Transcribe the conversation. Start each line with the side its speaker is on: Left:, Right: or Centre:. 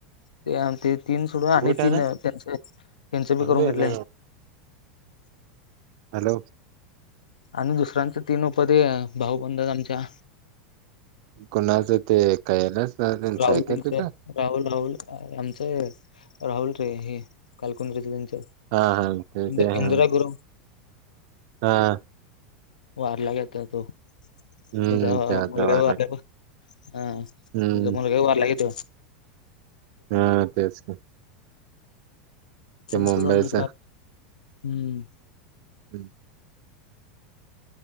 Left: ते ते तीन सोडून आणि
Right: कुठ
Left: तीन
Right: ना
Left: त्यांचे त्यांचे बी
Right: म्हणजे
Left: करून घेतलेय
Right: ना हॅलो
Left: आणि दुसऱ्यांच तीन पध भाऊ बंधात आमच्या
Right: कुणाचं ते कायलाच नच
Left: राहुल
Right: ऐकत
Left: त्यांचं
Right: होेत
Left: राहुल राहुल आमचं राहुल रे हे कालकुन रेच त्यांचं
Right: हा हा ते
Left: इंद
Right: ते
Left: इंदिरा
Right: हा
Left: गुरव
Right: हा
Left: वारलागेता तो
Right: हम्म
Left: तुझा
Right: त्या
Left: मुलगा
Right: जावाला
Left: वारला अ तुझा
Right: हम्म
Left: मुलगा वारला क त
Right: हा तेच का
Left: त्यांच
Right: मुंबईच
Left: करून घेतलं हम्म
Right: हम्म